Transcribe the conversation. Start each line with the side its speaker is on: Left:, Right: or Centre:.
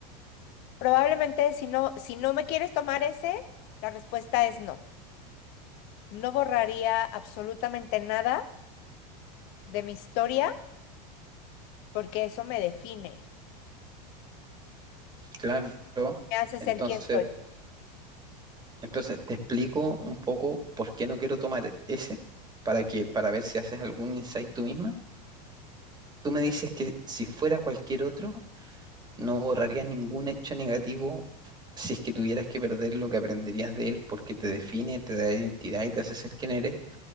Left: Probablemente si no, si no me quieres tomar ese, la respuesta es no. No borraría absolutamente nada de mi historia porque eso me define.
Right: Claro.
Left: Me hace
Right: Entonces,
Left: ser quien soy.
Right: entonces te explico un poco por qué no quiero tomar ese para que para ver si haces algún insight tú misma. Tú me dices que si fuera cualquier otro No borrarías ningún hecho negativo si es que tuvieras que perder lo que aprenderías de él porque te define, te da identidad y te hace ser quien eres,